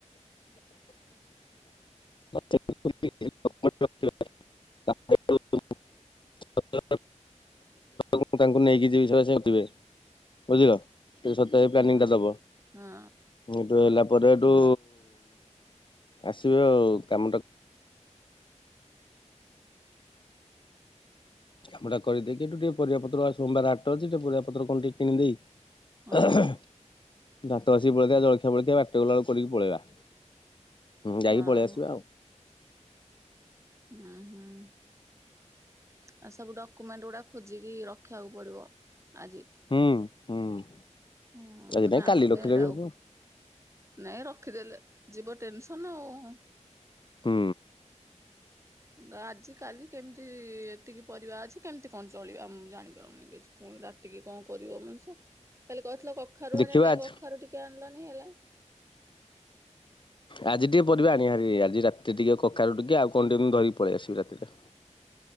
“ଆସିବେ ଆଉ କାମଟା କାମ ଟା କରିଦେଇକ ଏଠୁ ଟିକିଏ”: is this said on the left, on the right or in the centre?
Left